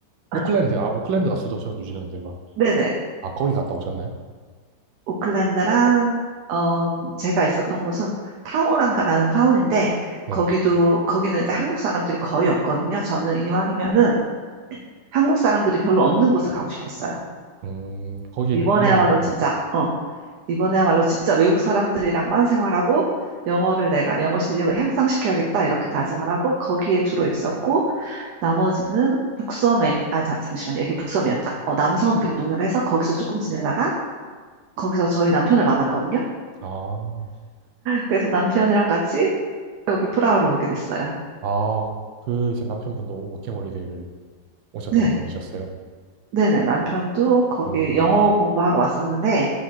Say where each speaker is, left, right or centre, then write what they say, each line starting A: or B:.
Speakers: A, on the right; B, on the right.
A: 오클랜드.
B: <laughs>
A: 아, 오클랜드가 수도죠, 뉴질랜드가.
B: 네네.
A: 아, 거기 갔다 오셨나요?
B: 오클랜드랑, 어, 제가 있었던 곳은 타우랑가라는 타운인데,
A: 네.
B: 거기도, 거기는 이제 한국 사람들이 거의 없거든요. 저는 이왕이면은 한국 사람들이 별로 없는 곳을 가고 싶었어요.
A: 음, 거기는
B: 이번에야말로
A: 1년 정도,
B: 진짜,
A: 네.
B: 어, 이번에야말로 진짜 외국 사람들이랑만 생활하고 영어를 내가 영어 실력을 향상시켜야겠다 이렇게 다짐을 하고 거기에 주로 있었고 나머지는 북섬에, 아, 자, 잠시만요. 이게 북섬이었다. 어, 남섬으로 이동을 해서 거기서 조금 지내다가 거기서 저희 남편을 만났거든요.
A: 아,
B: 그래서 남편이랑 같이 여기 프라하로 오게 됐어요.
A: 아, 그, 이제 남편분도 워킹홀리데이를 오셨던
B: 네.
A: 분이셨어요.
B: 네네, 남편도 거기
A: 오,
B: 영어 공부하러 왔었는데,